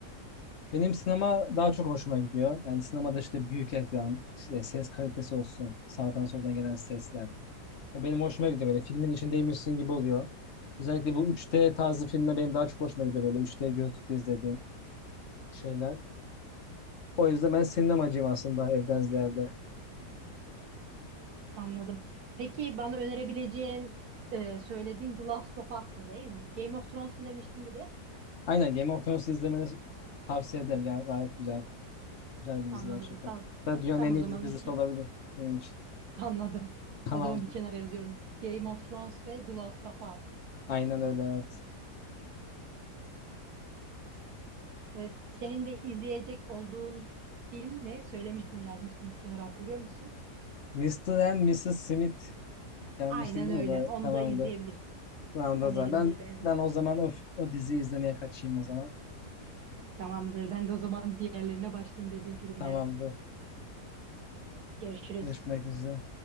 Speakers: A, on the left; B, on the right.
A: Benim sinema daha çok hoşuma gidiyor. Yani sinemada işte büyük ekran, işte ses kalitesi olsun, sağdan soldan gelen sesler. O benim hoşuma gidiyor böyle filmin içindeymişsin gibi oluyor. Özellikle bu 3D tarzı filmler benim daha çok hoşuma gidiyor böyle 3D gözlükle izlediğim. şeyler. O yüzden ben sinemacıyım aslında evden ziyade.
B: Anladım. Peki bana önerebileceğin e, söylediğin The Last of Us'tı değil mi? Game of Thrones mu demiştin bir de?
A: Aynen Game of Thrones'u izlemeni tavsiye ederim. Yani gayet güzel. Güzel bir
B: Anladım.
A: dizi gerçekten.
B: Tamam.
A: Hatta dünyanın
B: Tamam
A: en iyi
B: o zaman
A: dizisi
B: iki
A: olabilir benim için.
B: <laughs> anladım.
A: Tamamdır.
B: O zaman bir kenara yazıyorum. Game of Thrones ve The Last of Us.
A: Aynen öyle evet.
B: E, senin de izleyecek olduğun film ne? Söylemiştim, yazmıştım bir kenara hatırlıyor musun?
A: Mister and Mrs. Smith. Yanlış
B: Aynen
A: değil mi?
B: öyle.
A: O da
B: Onu
A: tamamdır.
B: da izleyebilirsin.
A: Tamamdır
B: Önerimdir
A: o zaman. Ben,
B: benim.
A: ben o zaman o, o diziyi izlemeye kaçayım o zaman.
B: Tamamdır. Ben de o zaman diğerlerine başlayayım dediğim filmlere.
A: Tamamdır.
B: Görüşürüz.
A: Görüşmek üzere.